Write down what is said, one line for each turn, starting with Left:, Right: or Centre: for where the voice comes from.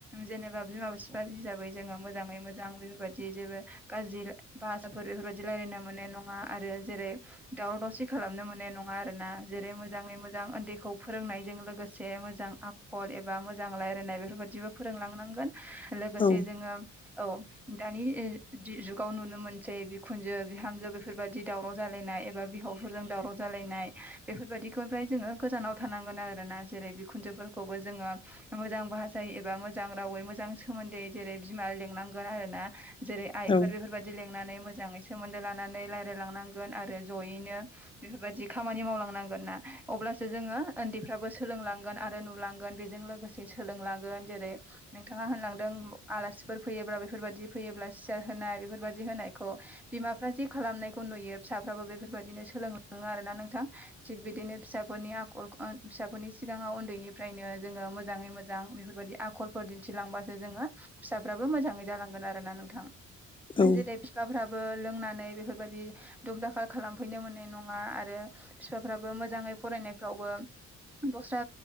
Centre: जेनोबा बि बिमा बिफा हिसाबै जोङो मोजाङै मोजां बेफोरबायदि जेबो गाज्रि भाषाफोर बेफोरबायदि रायलायनो मोननाय नं ङा आरो जेरै दावराव दावसि खालामनो मोननाय नङा आरोना जेरै मोजाङै मोजां उन्दैखौ फोरोंनायजों लोगोसे मोजां आखल एबा मोजां रायलायनाय बेफोरबायदिबो फोरोंलांनांगोन। लोगोसे
Left: औ
Centre: जोङो औ दानि इ जु-जुगाव नुनो मोनसै बिखुनजो बिहामजो बेफोर बेफोरबादि दावराव जालायनाय एबा बिहावफोरजों दावराव जालायनाय बेफोरबादिखौ ओमफ्राय जोङो‌ ‌ गोजानाव थानांगोन आरो ना जेरै बिखुनजोफोरखौबो जोङो मोजां भाषायै एबा मोजां रावै मोजां सोमोन्दोयै जेरै बिमा लेंनांगोन आरो ना। जेरै आइफोर
Left: औ
Centre: बेफोरबादि लेंनानै मोजाङै सोमोन्दो लानानै रायलाय‌ लांनांगोन आरो ज'यैनो बेफोरबादि खामानि मावलांनांगोनना अब्लासो जोङो ओन्दै फ्राबो सोलोंलांगोन आरो नुलांगोन बेजों लोगोसे सोलोंलांगोन जेरै नोंथाङा होनलांदों आलासिफोर फैयोब्ला बेफोरबादि फैयोब्ला सियार होनाय बेफोरबादि होनायखौ बिमाफ्रा जे खालामनायखौ खौ नुयो फिसाफ्राबो बेफोरबायदिनो सोलोंलाङो आरो ना नोंथां थिग बिदिनो फिसाफोरनि आखु फिसाफोरनि सिगाङाव उन्दैनिफ्रायनो जोङो मोजाङै मोजां बेफोरबादि आखलफोर दिन्थिलांबासो जोङो फिसाफ्राबो मोजाङै जालांगोन आरोना नोंथां।
Left: औ
Centre: जेरै बिफाफ्राबो लोंनानै बेफोरबादि दुमदाखाल खालामफैनो मोननाय नङा आरो फिफाफ्राबो मोजाङै फरायनायफ्रावबो दस्रा